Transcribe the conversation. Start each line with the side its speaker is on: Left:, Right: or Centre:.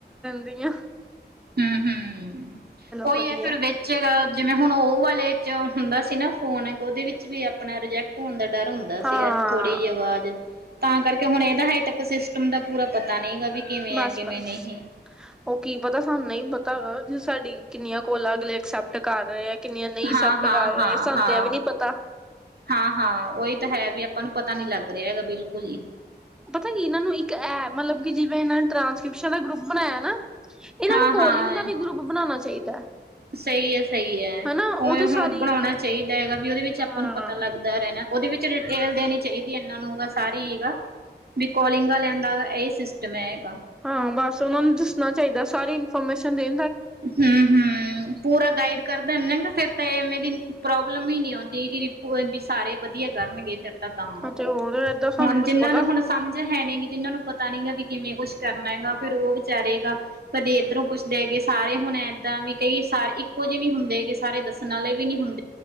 Centre: ਪਈ ਆਂ
Right: ਹਮ-ਹਮ ਉਹੀ
Centre: ਵਧੀਆ
Right: ਹੈ ਫੇਰ ਵੇਚੇਗਾ ਜਿਵੇਂ ਹੁਣ ਉਹ ਵਾਲੇ ਚ ਹੁੰਦਾ ਸੀ ਨਾ ਫੋਨ ਗ ਉਹਦੇ ਵਿੱਚ ਵੀ ਆਪਣਾ ਰਿਜੈਕਟ ਹੋਣ ਦਾ ਡਰ ਹੁੰਦਾ
Centre: ਹਾਂ
Right: ਸੀਗਾ ਥੋੜ੍ਹੀ ਜਿਹੀ ਆਵਾਜ਼ ਤਾਂ ਕਰਕੇ ਹੁਣ ਇਹਦਾ ਹਜੇ ਤੱਕ ਸਿਸਟਮ ਦਾ ਪੂਰਾ ਪਤਾ ਨਹੀਂ ਗਾ ਵੀ ਕਿਵੇਂ
Centre: ਬਸ
Right: ਆ ਕਿਵੇਂ
Centre: ਬਸ
Right: ਨਹੀਂ।
Centre: ਉਹ ਕੀ ਪਤਾ ਸਾਨੂੰ ਨਹੀਂ ਪ ਤਾਾ ਵੀ <unintelligible> ਸਾਡੀ ਕਿੰਨੀਆਂ ਕੋਲਾਂ ਅਗਲੇ ਅਕਸੈਪਟ ਕਰ ਰਹੇ ਆ ਕਿੰਨੀਆਂ ਨਹੀਂ ਐਕਸੈਪਟ
Right: ਹਾਂ ਹਾਂ
Centre: ਕਰ
Right: ਹਾਂ
Centre: ਰਹੇ ਸਾਨੂੰ
Right: ਹਾਂ
Centre: ਤੇ ਇਹ ਵੀ ਨੀ ਪਤਾ
Right: ਹਾਂ ਹਾਂ ਉਹੀ ਤਾਂ ਹੈ ਵੀ ਆਪਾਂ ਨੂੰ ਪਤਾ ਨੀ ਲੱਗ ਰਿਹਾ ਹੈਗਾ ਬਿਲਕੁਲ ਹੀ।
Centre: ਪਤਾ ਨੀ ਇਹਨਾਂ ਨੂੰ ਇੱਕ ਇਹ ਮਤਲਬ ਕਿ ਜਿਵੇਂ ਇਹਨਾਂ ਨੇ ਟ੍ਰਾਂਸਕ੍ਰਿਪਸ਼ਨ ਦਾ ਗਰੁੱਪ ਬਣਾਇਆ ਨਾ ਇਹਨਾਂ
Right: ਹਾਂ-ਹਾਂ
Centre: ਨੂੰ ਕੋਲਿੰਗ ਦਾ ਵੀ ਗਰੁੱਪ ਬਣਾਉਣਾ ਚਾਹੀਦਾ
Right: ਸਹੀ ਹੈ ਸਹੀ ਹੈ
Centre: ਹਨਾ ਉਹ
Right: ਉਵੇਂ
Centre: ਤੇ ਸਾਰੀ
Right: ਹੁਣ ਬਣਾਉਣਾ ਚਾਹੀਦਾ ਹੈਗਾ ਵੀ ਉਹਦੇ ਵਿੱਚ ਆਪਾਂ
Centre: ਹਾਂ
Right: ਨੂੰ ਪਤਾ ਲੱਗਦਾ ਰਹਿਣਾ ਉਹਦੇ ਵਿੱਚ ਡਿਟੇਲ ਦੇਣੀ ਚਾਹੀਦੀ ਹੈ ਇਹਨਾਂ ਨੂੰ ਸਾਰੀ ਹੀਗਾ ਵੀ ਕੋਲਿੰਗ ਆ ਲਿਆਂਦਾਾ ਇਹੀ ਸਿਸਟਮ ਹੈ ਹੈਗਾ।
Centre: ਹਾਂ ਬਸ ਉਹਨਾਂ ਨੂੰ ਦੱਸਣਾ ਚਾਹੀਦਾ ਸਾਰੀ ਇਨਫੋਰਮੇਸ਼ਨ ਦੇ
Right: ਹਮ-ਹਮ ਪੂਰਾ ਗਾਈਡ ਕਰਦਾ ਨਾਂ ਫਿਰ ਤਾਂ ਇਹਵੇ ਪ੍ਰੋਬਲਮ ਹੀ ਨਹੀਂ ਆਉਂਦੀ ਇਹਦੀ ਰਿਪੋ ਵੀ ਸਾਰੇ ਵਧੀਆ ਕਰਨਗੇ ਫੇਰ। ਕੰਮ,
Centre: ਅਤੇ ਹੋਰ ਏਦਾਂ ਸਾਨੂੰ
Right: ਹੁਣ
Centre: ਕੁੱਛ
Right: ਜਿਹਨਾਂ
Centre: ਪਤਾ
Right: ਨੂੰ ਹੁਣ ਸਮਝ ਹੈ ਨਹੀਂ ਗ ਜਿਹਨਾਂ ਨੂੰ ਪਤਾ ਨੀ ਗਾ ਵੀ ਕਿਵੇਂ ਕੁੱਛ ਕਰਨਾ ਹੈਗਾ ਫੇਰ ਉਹ ਵਿਚਾਰੇਗਾ ਕਦੇ ਇੱਧਰੋਂ ਪੁੱਛਦੇ ਹੈਗੇ ਸਾਰੇ ਹੁਣ ਏਦਾਂ ਵੀ ਕਈ ਸਾਰੇ ਇੱਕੋ ਜਿਹੇ ਨਹੀਂ ਹੁੰਦੇ ਸਾਰੇ ਦੱਸਣ ਵਾਲੇ ਵੀ ਨੀ ਹੁੰ